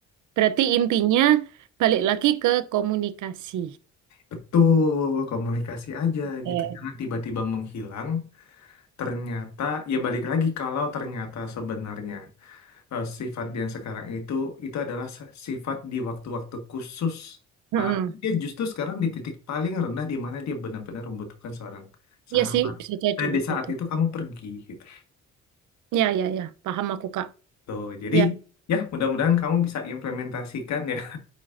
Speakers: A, on the right (about 80°); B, on the left (about 65°).
A: Berarti intinya balik lagi ke komunikasi.
B: Betul, komunikasi aja
A: Eh,
B: gitu. Jangan tiba-tiba menghilang. Ternyata, ya balik lagi kalau ternyata sebenarnya eh, sifat yang sekarang itu itu adalah se- sifat di waktu-waktu khusus.
A: hmm,
B: Ah, dia justru sekarang di titik paling rendah di mana dia benar-benar membutuhkan seorang sahabat.
A: iya sih bisa jadi
B: Dan
A: kayak
B: di saat
A: gitu.
B: itu kamu pergi gitu.
A: Ya ya ya, paham aku Kak.
B: Tuh, jadi
A: Ya,
B: ya mudah-mudahan kamu bisa implementasikan ya